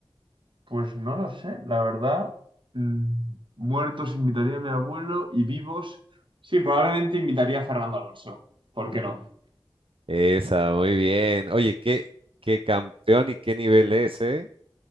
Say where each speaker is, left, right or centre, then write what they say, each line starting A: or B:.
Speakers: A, on the right; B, on the right.
A: Pues no lo sé, la verdad. mm, Muertos invitaría a mi abuelo y vivos. Sí, probablemente invitaría a Fernando Alonso. ¿Por qué no?
B: Esa, muy bien. Oye, qué, qué campeón y qué nivel es, ¿eh?